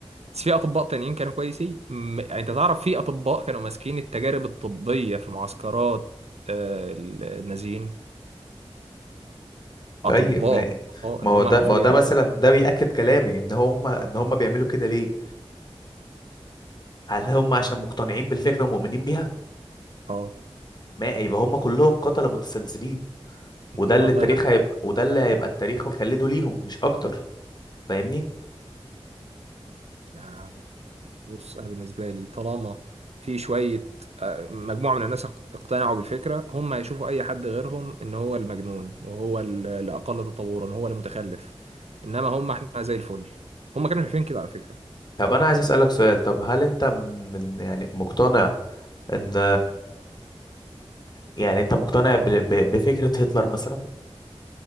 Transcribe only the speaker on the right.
بس في أطباء تانيين كانوا كويسين م... يعني أنت تعرف في أطباء كانوا ماسكين التجارب الطبية في معسكرات آه، النازيين
أطباء
أطباء
اللي
هم
المفروض
يعالجوا
اه
لا،
<laughs> الله
ينك
يعني بص انا بالنسبه لي طالما في شويه آه، مجموعه من الناس اق- اقتنعوا بالفكره هم هيشوفوا اي حد غيرهم ان هو المجنون وهو ال- اللي اقل تطورا هو المتخلف انما هم احنا زي الفل هم كانوا شايفين كده على فكره